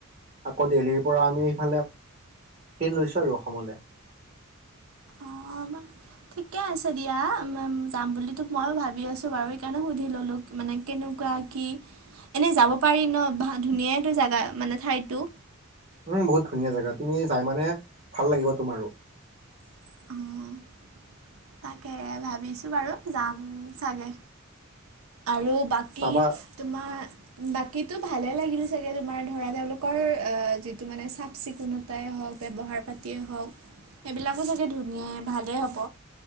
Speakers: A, on the right; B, on the right.
A: আকৌ দেলহিৰ পৰা আমি ইফালে ট্ৰেইন লৈছো আৰু অসমলৈ
B: অ' বা ঠিকে আছে দিয়া যাম বুলিতো মইও ভাবি আছো বাৰু সেইকাৰণে সুধি ললো। মানে কেনেকুৱা কি এনেই যাব পাৰি ন বা ধুনীয়াইটো জেগা মানে ঠাইটো?
A: উম, বহুত ধুনীয়া জেগা তুমি যাই মানে ভাল লাগিব তোমাৰো।
B: <unintelligible> তাকে ভাবিছো বাৰু যাম চাগে আৰু বা কি
A: যাবা
B: তোমাৰ? বাকীতো ভালে লাগিলে চাগে তোমাৰ ধৰা তেওঁলোকৰ অ যিটো মানে চাফ চিকুণত -তাই হওক ব্যৱহাৰ পাতিয়েই হওক সেইবিলাকো চাগে ধুনীয়াই ভালেই হ'ব।